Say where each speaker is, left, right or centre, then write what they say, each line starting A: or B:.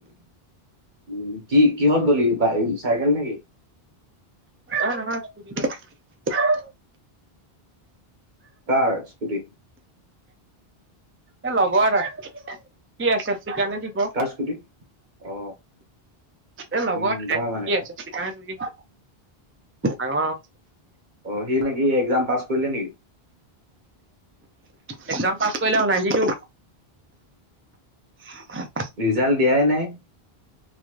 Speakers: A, on the right; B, on the right.
A: উ কি কি কিহত গলি চাইকেল নেকি?
B: এ নহয় স্কুটি লৈ আহিছিলোঁ।
A: কাৰ স্কুটি?
B: এ লগৰ এটাৰ সি এছ এছ কি কাৰণে দিব।
A: কাৰ স্কুটি অ
B: এ লগৰ
A: উম
B: এটাই
A: ডাঙৰ
B: সি
A: মানে
B: এছ এছ চি কাৰনে জুজি আছে, ডাঙৰ
A: অ সি নেকি এক্সাজ পাছ কৰিলে নেকি?
B: এক্সাম পাছ কৰিলে অ নাইন্টি টু। <unintelligible>
A: ৰিজাল্ট দিয়াই নাই।